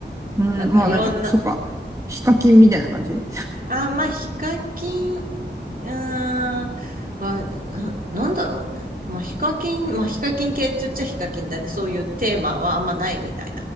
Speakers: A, on the right; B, on the right.
A: うん。
B: なんか、
A: まあなんか、
B: いろんな、
A: そっか。ヒカキンみたいな感じ
B: あ、まあ、ヒカキン、うーん。あ、ななんだろうね。まあ、ヒカキン、まあ、ヒカキン系って言っちゃヒカキンだね。そういうテーマはあんまないみたいな。